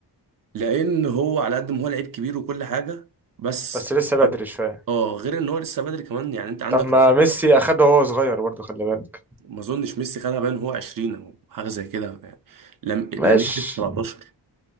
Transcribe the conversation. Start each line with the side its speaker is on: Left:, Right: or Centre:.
Right: لان هو على قد ما هو لعيب كبير وكل حاجة بس
Centre: بس لسه بدري
Right: أر-
Centre: شوية
Right: اه غير ان هو لسه بدري كمان يعني انت عندك
Centre: طب ما
Right: رافينيا
Centre: ميسي أخده وهو صغير برضه خلي بالك
Right: ما اظنش ميسي خدها باين هو 20 او حاجة زي كده يعني لم... لامين
Centre: ماشي
Right: لسه 17